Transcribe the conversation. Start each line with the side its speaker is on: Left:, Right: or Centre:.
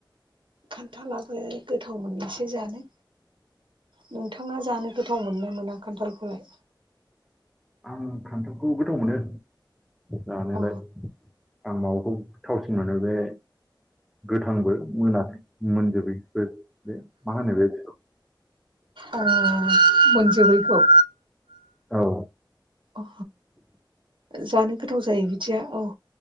Right: खान्थालाबो गोथाव मोननोसो जानो नोंथाङा जानो गो गोथाव मोननो मोना खान्थालखौलाय?
Centre: आं फान्थालखौ गोथाव मोनो जानायालाय
Right: अ
Centre: आं माबाखौ थावसिन मोनो बे गोथांबो मोनाखै मोनजोबैबो बे मा होनो बेथि
Right: ओ मोनजोबैखौ
Centre: औ
Right: अ जानो गोथाव जायो बिदिया औ